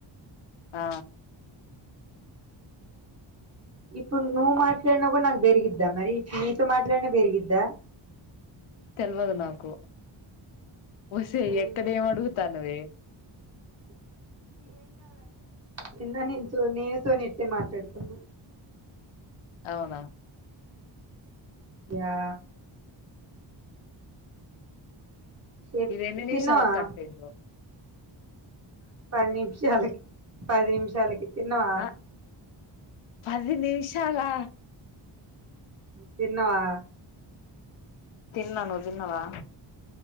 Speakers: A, on the left; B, on the right.
A: ఆ
B: ఇప్పుడు నువ్వు మాట్లాడినా కూడా నాకు పెరిగిద్దా మరి ఇప్పుడు నీతో మాట్లాడినా పెరిగిద్దా
A: <inaudible> తెలియదు నాకు ఒసేయ్
B: మ్మ్.
A: ఎక్కడ ఏం అడుగుతానువే
B: కిందా నుంచో నీతో ఇట్టే మాట్లాడుకున్నా
A: అవునా
B: యా చెప్పు
A: ఇది ఎన్ని నిమిషాల
B: తిన్నావా
A: కంటెంట్
B: పది నిమిషాలకి పది నిమిషాలకి తిన్నవా
A: ఆ పది నిమిషాలా
B: తిన్నవా
A: తిన్నను నువ్వు తిన్నవా